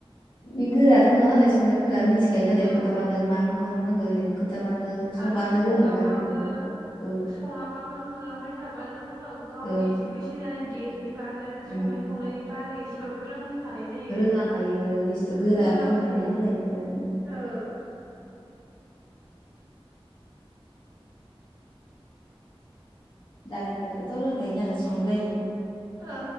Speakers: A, on the left; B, on the right.
A: बे गोराथ' नङा नालाय संनायफोरा मिथिखायो नालाय
B: ओं
A: खोनन्थाबानो मा मा खालामनांगौ ओरैनो खोन्थाबानो संबानो
B: आरो सङाबाबो
A: रोङो गासैखौबो औ
B: सङाबाबो नुलांबाय थाब नों उनाव गावनि
A: ओं
B: एसे बैसो जानाय बारहैबानो संनाय
A: उम
B: खावनायनि बारै एसेबाबो रोंहै खानाय जायो
A: रोंलांखायो आरो बेस्थु गोरा
B: रोंलांखायो
A: खामानि नङा नालाय बेफोरो उम
B: औ
A: दालिफोरखौथ' रोंंखायो नालाय संनो बायो
B: औ